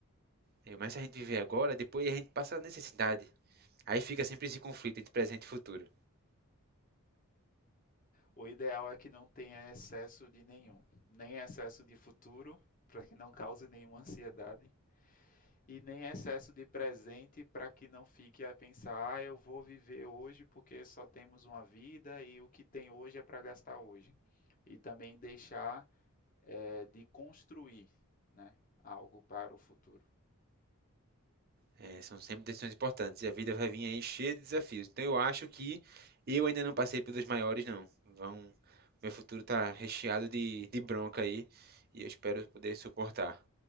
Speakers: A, on the right (about 45°); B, on the left (about 40°).
A: Eu, mas se a gente viver agora, depois a gente passa necessidade. Aí fica sempre esse conflito entre presente e futuro.
B: O ideal é que não tenha excesso de nenhum, nem excesso de futuro, para que não cause nenhuma ansiedade, e nem excesso de presente, para que não fique a pensar, ah, eu vou viver hoje porque só temos uma vida e o que tem hoje é para gastar hoje. E também deixar eh, de construir, né, algo para o futuro.
A: É, são sempre decisões importantes e a vida vai vir aí cheia de desafios. Então eu acho que eu ainda não passei pelos maiores, não. Vão, meu futuro tá recheado de, de bronca aí e eu espero poder suportar.